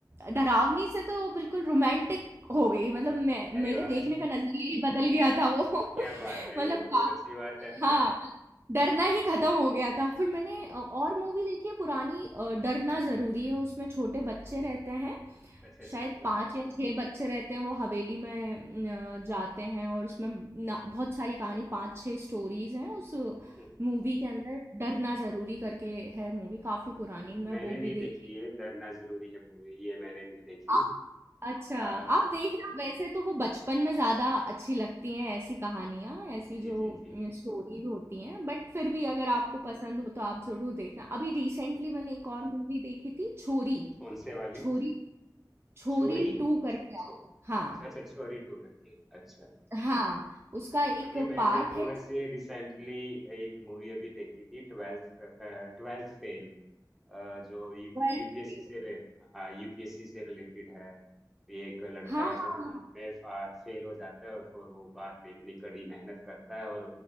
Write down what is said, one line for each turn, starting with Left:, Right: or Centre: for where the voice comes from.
Right: डरावनी से तो बिल्कुल रोमांटिक हो गई। मतलब मैं
Centre: अरे
Right: मेरे
Centre: वाह
Right: देखने का नज़रिया ही बदल गया था वो।
Centre: <laughs>
Right: <laughs>
Centre: क्या बात है
Right: मतलब
Centre: ये तो बहुत
Right: का
Centre: अच्छी बात है
Right: हाँ, डरना ही खत्म हो गया था। फिर मैंने
Centre: क्या
Right: अ, और मूवी देखी है पुरानी अ, डरना ज़रूरी है उसमें छोटे बच्चे रहते हैं
Centre: अच्छा अच्छा
Right: शायद
Centre: अच्छा
Right: पांच या छह बच्चे रहते हैं वो हवेली में अ, जाते हैं और उसमें ना- बहुत सारी कहानी पांच छह स्टोरीज हैं उस
Centre: हम्म,
Right: मूवी के अंदर डरना जरूरी करके है मूवी काफी पुरानी
Centre: मैंने
Right: मैं वो
Centre: नहीं
Right: भी
Centre: देखी
Right: देखी
Centre: ये डरना जरूरी है मूवी ये मैंने नहीं देखी
Right: आ- अच्छा
Centre: हाँ
Right: आप देख रहे
Centre: हाँ
Right: हो वैसे तो वो बचपन में ज्यादा अच्छी लगती हैं ऐसी कहानियां ऐसी
Centre: जी
Right: जो
Centre: जी जी
Right: स्टोरीज होती हैं बट फिर
Centre: आप
Right: भी अगर आपको पसंद हो तो आप जरूर देखना अभी रिसेंटली मैंने एक और मूवी देखी थी छोरी
Centre: कौन से वाली
Right: छोरी छोरी
Centre: छुरी
Right: 2 करके
Centre: छो
Right: आ गया हाँ,
Centre: अच्छा छोरी टू करके अच्छा
Right: हाँ, उसका एक
Centre: अभी मैंने
Right: पार्ट
Centre: तो
Right: है
Centre: वैसे रिसेंटली एक मूवी अभी देखी थी ट्वेल्थ ट्वेल्थ फेल अ, जो यू
Right: 12th
Centre: यूपीएससी
Right: फेल
Centre: से रे हाँ यूपीएससी से रिलेटेड है ये एक लड़का
Right: हाँ,
Centre: है
Right: हाँ,
Centre: जो ट्वेल्थ
Right: हाँ,
Centre: में फेल हो जाता है और फिर वो बाद में इतनी कड़ी मेहनत करता है और